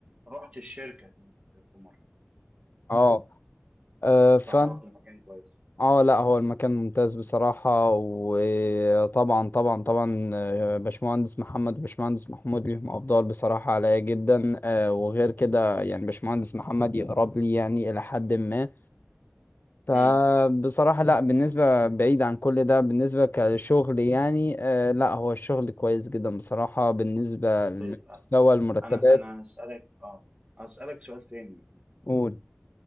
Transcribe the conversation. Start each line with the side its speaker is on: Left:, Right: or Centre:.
Right: رحت الشركة هناك في مرة
Left: اه آه، فأنا
Right: فعرفت المكان كويس
Left: اه لا هو المكان ممتاز بصراحة وطبعا طبعا طبعا آه، باشمهندس محمد وباشمهندس محمود ليهم أفضال بصراحة عليا جدا آه، وغير كده يعني باشمهندس محمد يقرب لي يعني إلى حد ما فبصراحة
Right: مم.
Left: لا بالنسبة بعيد عن كل ده بالنسبة كشغل يعني آه لا هو الشغل كويس جدا بصراحة بالنسبة لمستوى
Right: طيب
Left: المرتبات
Right: انا انا اسالك اه اسالك سؤال تاني
Left: قول